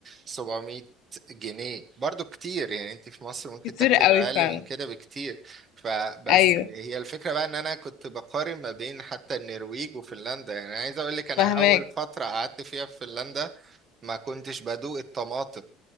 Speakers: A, on the right (about 35°); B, on the left (about 65°).
A: 700 جنيه برضو كتير يعني انت في مصر ممكن
B: كتير
A: تاكلي
B: قوي
A: بأقل
B: فعلا
A: من كده بكتير فبس
B: ايوه
A: هي الفكرة بقى ان انا كنت بقارن ما بين حتى النرويج وفنلندا يعني عايز اقول لك انا
B: فاهماك
A: اول فترة قعدت فيها في فنلندا ما كنتش بدوق الطماطم